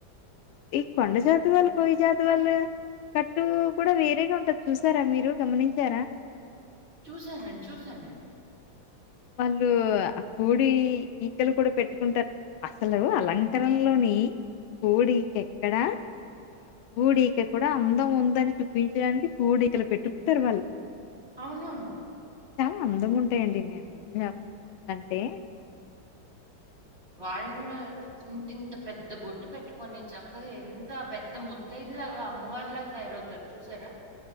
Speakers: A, on the left (about 90°); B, on the right (about 30°).
A: ఈ కొండజాతవాళ్ళు కోయ జాతివాళ్లు కట్టు కూడా వేరేగా ఉంటది చూసారా మీరు గమనించారా
B: చూసానండి చూసానండి
A: వాళ్ళు అ కోడి ఈకలు కూడా పెట్టుకుంటారు అసలు అలంకరనలోని కోడికెక్కడా కోడిక కూడా అందం ఉందని చూపించడానికి కోడికలు పెట్టుకుంటారు వాళ్ళు
B: అవునవును
A: చాలా అందం ఉంటాయండి నేను నే అంటే
B: వాళ్ళు కూడా ఇంతంత పెద్దబొట్టు పెట్టుకొని చక్కగా ఎంత పెద్ ఇ ముత్తైదులా అమ్మవారీలాగ తయారవుతారు చూసారా